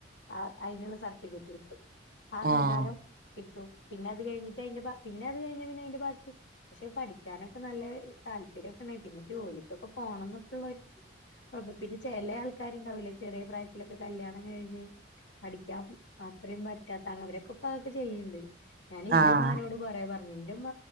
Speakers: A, on the left; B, on the right.
A: ആ അയ്നുള്ള സർട്ടിഫിക്കറ്റ് കിട്ടും. അംഗീകാരം
B: ഏഹ്
A: കിട്ടും. പിന്ന അത് കഴിഞ്ഞിട്ട്, അതിന്റെ ബ പിന്നെ അത് കഴിഞ്ഞാ പിന്നെ അതിന്റെ ബാക്കി പക്ഷെ പഠിക്കാനൊക്കെ നല്ല താല്പര്യംക്കെ <unintelligible> പിന്നെ ജോലിക്കൊക്കെ പോണം എന്നൊക്കെള്ളര്, കുഴപ്പം പിന്നെ ചില ആൾക്കാരുണ്ടാവൂലേ, ചെറിയ പ്രായത്തിലൊക്കെ കല്യാണം കഴി ഞ്ഞ്, പഠിക്കാൻ അത്രയും പറ്റാത്ത അവരൊക്കെ ഇപ്പ അതൊക്കെ ചെയ്യണ്ട്. ഞാൻ ഇന്റുമ്മാനോട്
B: ആഹ് ആഹ്
A: കൊറെ പറഞ്ഞു. എന്റുമ്മ